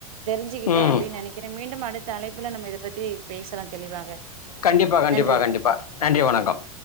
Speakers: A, on the right; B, on the left.
A: தெரிஞ்சிக்கிட்டே
B: ம்
A: அப்டின் நெனைக் கிறே மீண்டும் அடுத்த அழைப்புல நம்ம இத பத்தி பேசலா தெளிவாக
B: கண்டிப்பா கண்டிப்பா
A: நன்றி
B: கண்டிப்பா நன்றி வணக்கம்